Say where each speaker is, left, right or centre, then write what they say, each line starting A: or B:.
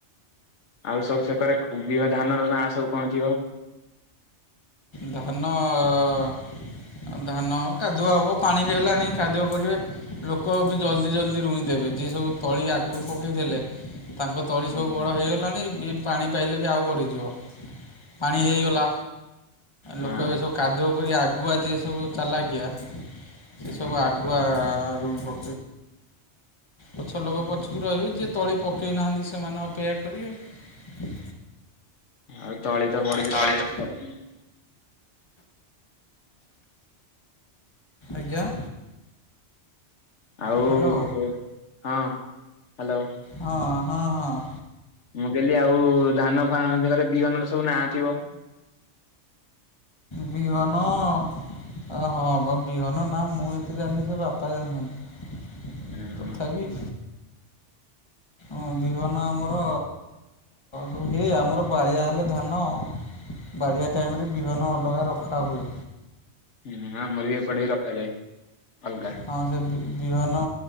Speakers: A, on the left (about 80°); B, on the left (about 25°).
A: ଆଉ ସବୁ ସେକରେ ବିଅ ଧାନର ନା ସବୁ କଣ ଥିବ?
B: ଧାନ ଅ। ଆଉ ଧାନ କାଦୁଆ ହବ ପାଣି ହେଇଗଲାଣି କାଦୁଅ କରିବେ ଲୋକ ବି ଜଲଦି ଜଲଦି ରୁଇଁ ଦେବେ। ଜିଏ ସବୁ ତଳି ଆଗରୁ ପକାଇଥିଲେ। ତାଙ୍କ ତଳି
A: ହୁଁ
B: ସବୁ ବଡ଼ ହେଇଗଲାଣି ବି ପାଣି ପାଇଲେ ବି ଆଉ ବଢିଯିବ। ପାଣି ହେଇଗଲା
A: ହଁ
B: ଲୋକ ଏବେ ସବୁ କାଦୁଅ କରି ଆଗୁଆ ଯିଏ ସବୁ ଚାଲାକିଆ ସେ
A: ହୁଁ
B: ସବୁ ଆଗୁଆ ରୁଇ ବ ପଛ ଲୋକ ପଛକୁ ରହିବେ ଯିଏ ତଳି ପକେଇ ନାହାନ୍ତି ସେମାନେ ଅ ସେୟା କରିବେ।
A: ଆଉ ତଳି ତ
B: ଆଉ
A: ପଡ଼ିଲେ
B: ତଳି
A: ସବୁ
B: ତ
A: ଜିନିଷ ହବନା
B: ଆଜ୍ଞା।
A: ଆଉ
B: ହ୍ୟାଲୋ
A: ହଁ ହାଲୋ।
B: ହଁ ହଁ ହଁ।
A: ମୁଁ କହଲି ଆଉ ଧାନ ଫାନର ବିହନର ସବୁ ନାଁ ଥିବ?
B: ବିହନ। ଆ ହଁ ପା ବିହନ ନାଁ ମୁଁ ଏତେ ଜାଣିିନି ସେ ବାପା ଜାଣିଛନ୍ତି।
A: ହୁଁ ହୁଁ
B: ତଥାପି। ଆଁ ବିହନ ଆମର ରୁହେ ଆମର ବାଳିଆ ହେଲେ ଧାନ ବାଡ଼ିଆ ଟାଇମ୍ ରେ ବିହନ ଅଲଗା ରଖାହୁଏ।
A: ହୁଁ ଆମରିବି ଏପଟରେ ବି ରଖା ଯାଏ ଅଲଗା।
B: ହଁ ସେ ବି ବିହନ